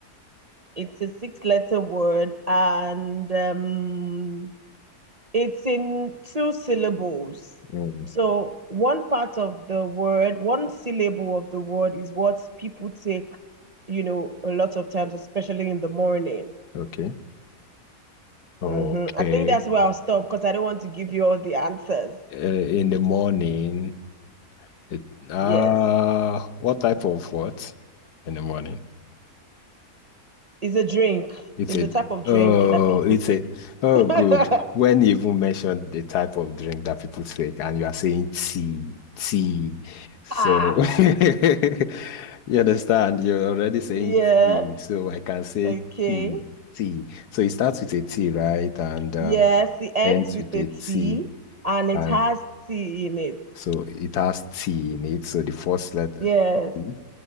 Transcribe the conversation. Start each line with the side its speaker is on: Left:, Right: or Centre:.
Right: It's a six-letter word, and um, it's in two syllables.
Left: Mm,
Right: So one part of the word, one syllable of the word is what people take, you know, a lot of times, especially in the morning.
Left: okay. Okay.
Right: hmm I think that's where I'll stop because I don't want to give you all the answers.
Left: Uh, in the morning, it, uh,
Right: Yes.
Left: what type of what in the morning?
Right: It's a drink.
Left: It's
Right: It's
Left: it?
Right: a type of drink
Left: Oh,
Right: that people
Left: it's
Right: take.
Left: it? Oh,
Right: <laughs>
Left: good. When you even mentioned the type of drink that people take, and you are saying tea, tea. So
Right: Ah,
Left: <laughs> you understand, you're already saying
Right: Yeah.
Left: tea. So I can say
Right: Okay.
Left: tea, tea. So it starts with a T, right? And um,
Right: Yes. It ends
Left: ends
Right: with
Left: with
Right: a
Left: a T.
Right: T and it
Left: And
Right: has tea in it.
Left: so it has tea in it. So the first letter
Right: Yes.
Left: T,